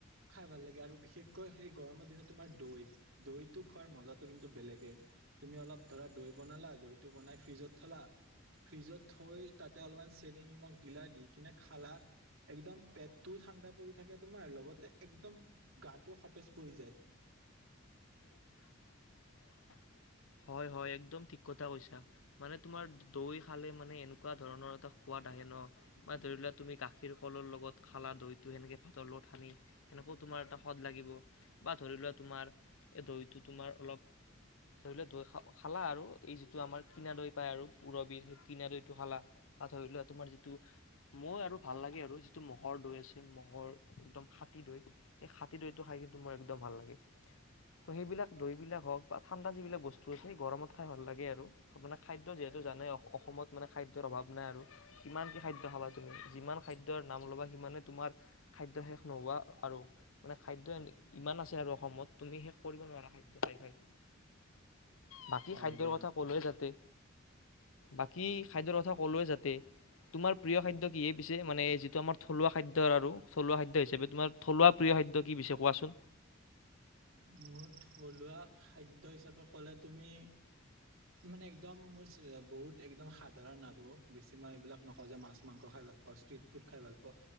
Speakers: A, on the right; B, on the left.
A: খাই ভাল লাগে। আৰু বিশেষকৈ সেই গৰমৰ দিনত তোমাৰ দৈ, দৈটো খোৱাৰ মজাটো কিন্তু বেলেগে। তুমি অলপ ধৰা দৈ বনালা, দৈটো বনাই ফ্ৰিজত থলা ফ্ৰিজত থৈ তাতে অলপমান চেনি নিমখ দিলাই দি কিনে খালা, একদম পেটটো ঠাণ্ডা পৰি থাকে তোমাৰ, লগতে একদম গাটো সতেজ কৰি যায়।
B: <inaudible> হয় হয় একদম ঠিক কথা কৈছা। মানে তোমাৰ দৈ খালে মানে এনেকুৱা ধৰনৰ এটা সোৱাদ আহে ন মই ধৰি লোৱা তুমি গাখীৰ কলৰ লগত খালা দৈতো সেনেকে ভাতৰ লগত সানি, সেনেকও তোমাৰ এটা সদ লাগিব বা ধৰি লোৱা তোমাৰ দৈটো তোমাৰ অলপ, ধৰি লোৱা দৈ খালা আৰু, এই যিটো আমাৰ কিনা দৈ পায় আৰু পৰবধ সেই কিনা দৈটো খালা বা ধৰি ধৰি লোৱা তোমাৰ যিটো মই আৰু ভাল লাগে আৰু যিটো ম মহৰ দৈ আছে মহ'ৰ একদম খাতী দৈ, সেই খাতী দৈটো খাই- মই একদম ভাল লাগে। সেইবিলাক দৈবিলাক হক বা এটা যিবিলাক বস্তু আছে গৰমত খাই ভাল লাগে আৰু, মানে খাদ্য যিহেতু জানে অসমত মানে খাদ্যৰ অভাৱ নাই। কিমান কি খাদ্য খাবা তুমি যিমান খাদ্যৰ নাম ল'বা সিমানে তোমাৰ খাদ্য শেষ নোহোৱা। আৰু মানে খাদ্য ইমান আছে আৰু অসমত তুমি শেষ কৰিব নোৱাৰা খাদ্য খাই খাই। বাকী
A: হয়
B: খাদ্যৰ
A: দিয়া
B: কথা ক'লোৱে যাতে, বাকী খাদ্যৰ কথা ক'লোয়ে যাতে, তোমাৰ প্ৰিয় খাদ্য কিহে পিছে মানে যিটো আমাৰ থলুৱা খাদ্য আৰু থলুৱা খাদ্য হিচাপে তোমাৰ থলুৱা প্ৰিয় খাদ্য কি পিছে কোৱাচোন!
A: মোৰ থলুৱা খাদ্য হিচাপে কলে তুমি মানে একদম মোৰ বহুত একদম সাধাৰণ আৰু বেছি মই এইবিলাক নকওঁ যে মাছ- মাংস খাই ভাল পোৱা, ষ্ট্ৰিট ফুড খাই ভাল পোৱা,